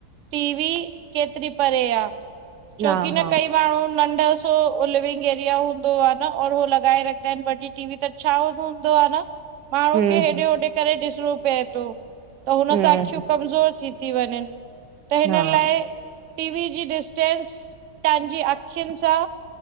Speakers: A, on the right; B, on the right.
A: टी वी केतिरी परे आ। छोकी
B: हा हा
A: न कई बार माण्हू नंढ लिविंग एरिया हूंदो आहे, हो लॻाए रखंदा आहिनि वॾी टी वी, त छा हूंदो आ न माण्हू
B: हम्म
A: खे हेॾे होॾे करे ॾिसणो पए थो त हुन
B: हम्म
A: सां अखियूं कमज़ोर थींदियूं थी वंञनि त हिन
B: हा
A: लाइ टीवी जी डिस्टेंस तव्हांजी अखियुनि सां